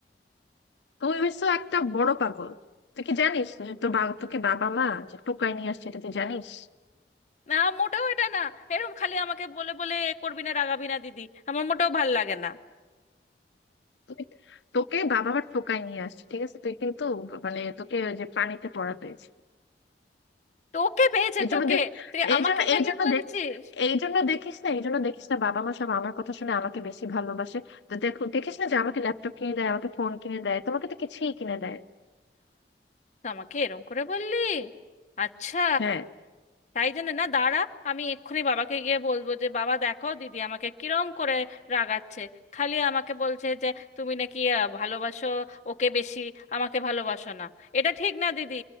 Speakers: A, on the left; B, on the left.
A: তুই হচ্ছে একটা বড় পাগল তুই কি জানিস যে তোর বা- তোকে বাবা মা যে টোকাই নিয়ে আসছে এটা তুই জানিস
B: না মোটেও এটা না এরম খালি আমাকে বলে বলে এ করবি না রাগাবি না দিদি আমার মোটেও ভাল লাগে না
A: তুই তোকে বাবা মা টোকাই নিয়ে আসছে ঠিক আছে তুই কিন্তু মানে তোকে ওই যে পানিতে পড়া পেয়েছে
B: তোকে পেয়েছে
A: এই
B: তোকে
A: জন্য দেখ
B: তুই
A: এই
B: আমাকে
A: জন্য
B: খালি
A: এই জন্য
B: বলছিস
A: দেখ এই জন্য দেখিস না এই জন্য দেখিস না বাবা মা সব আমার কথা শুনে আমাকে বেশি ভালোবাসে তো দেখো দেখিস না যে আমাকে ল্যাপটপ কিনে দেয় আমাকে ফোন কিনে দেয় তোমাকে তো কিছুই কিনে দেয়
B: তা আমাকে এরম করে বললি আচ্ছা
A: হ্যাঁ
B: তাই জন্য না দাঁড়া আমি এক্ষুনি বাবাকে গিয়ে বলবো যে বাবা দেখো দিদি আমাকে কিরম করে রাগাচ্ছে খালি আমাকে বলছে যে তুমি নাকি আহ, ভালোবাসো ওকে বেশি আমাকে ভালোবাসো না এটা ঠিক না দিদি